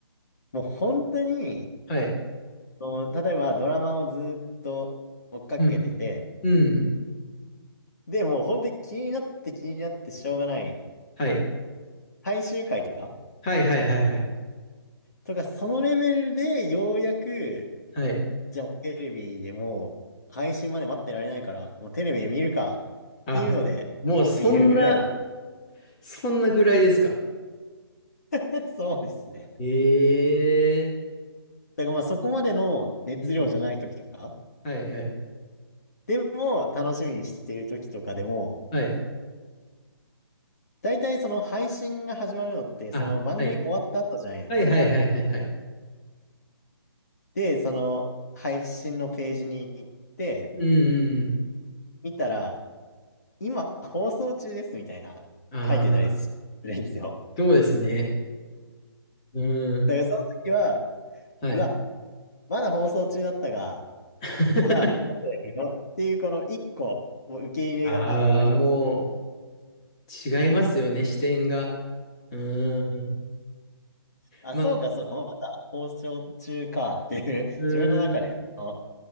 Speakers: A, on the left; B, on the left.
A: もう本当に、
B: はい。
A: その例えばドラマをずっと追っかけてて、
B: うん。うん。
A: で、もう本当に気になって気になってしょうがない、
B: はい。
A: 最終回とか、
B: はいはいはいはい。
A: とか、そのレベルでようやく、
B: はい。
A: じゃあテレビでもう配信まで待ってられないから、もうテレビで見るかっていうので、
B: あ、もうそんな、
A: 見るぐらい。
B: そんなぐらいですか。
A: <laughs> そうですね。
B: ええ
A: だからまあそこまでの熱量じゃない時とか、
B: ーうん。はいはい。
A: でも楽しみにしている時とかでも、
B: はい。
A: 大体その配信が始まるのって、
B: あ、
A: その番組が終わった後じゃないですか。
B: はい。はいはいはいはいはい。
A: で、その配信のページに行って、
B: うんうん
A: 見たら、今放送中ですみたいな書いてたりするんですよ。
B: うん。あそうですね。うん。
A: だからその時は、
B: はい。
A: うわ、まだ放送中だったが、
B: <laughs>
A: じゃあ、後で見ようっていうこの一個、もう受け入れがあります。
B: ああ、もう違いますよね、視点が。うーん。
A: あ、
B: まあ、
A: そうか、そうか。まだ放送中かっていう、<laughs>
B: うーん。
A: 自分の中で、その